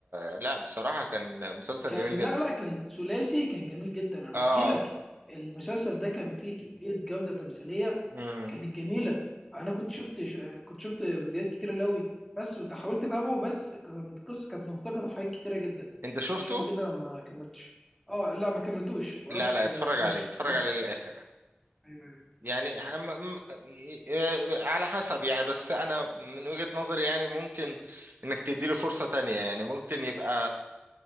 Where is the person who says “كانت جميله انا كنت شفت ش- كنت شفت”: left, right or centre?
Centre